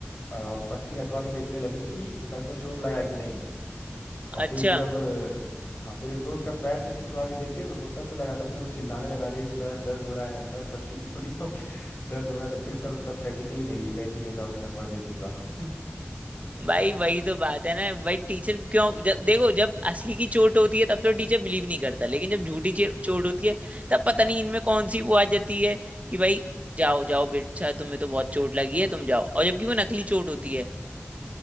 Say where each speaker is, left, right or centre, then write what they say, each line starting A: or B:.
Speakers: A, on the left (about 50°); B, on the right (about 30°).
A: अ, पट्टी हटवा के देखने लगे कि सच में चोट लगा है कि नहीं और फिर
B: अच्छा
A: जब अ, हाँ फिर एक दोस्त का पैर से निकलवा के देखे तो उसको सच में लगा था फिर वो चिल्लाने लगा रे सर दर्द हो रहा है सर पट्टी खोलियो <laughs> दर्द हो रहा है तो फिर सर उसका प्रैक्टिकली नहीं लिए कहे ठीक है जाओ मैं नंबर दे दूंगा <laughs>
B: भाई वही तो बात है ना भाई टीचर क्यों जब देखो जब असली की चोट होती है तब तो टीचर बिलीव नहीं करता लेकिन जब झूठी चे- चोट होती है तब पता नहीं इनमें कौन सी वो आ जाती है कि भाई जाओ जाओ बेटा तुम्हें तो बहुत चोट लगी है तुम जाओ और जबकि वो नकली चोट होती है